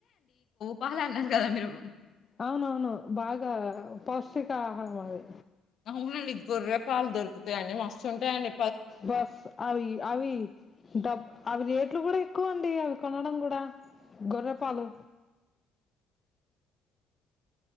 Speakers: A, on the left; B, on the left.
A: పాలు అన్నారు కదా మీరు
B: అవునవును బాగా పౌష్టిక ఆహారం అది
A: అవునండి గొర్రే పాలు దొరుకుతాయండి మస్తు ఉంటాయండి
B: బస్ అవి అవి డబ్ అవి రేట్లు కూడా ఎక్కువ అండి అవి కొనడం కూడా గొర్ర పాలు